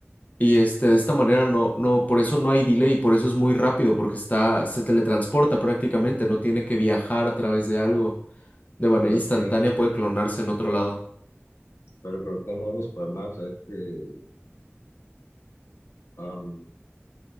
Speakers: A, on the left (about 35°); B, on the left (about 80°).
A: y este, de esta manera no, no, por eso no hay delay, por eso es muy rápido, porque está, se teletransporta prácticamente, no tiene que viajar a través de algo. De manera
B: Creo
A: instantánea
B: que
A: puede clonarse en otro lado.
B: Pero creo que uno de los problemas es que am,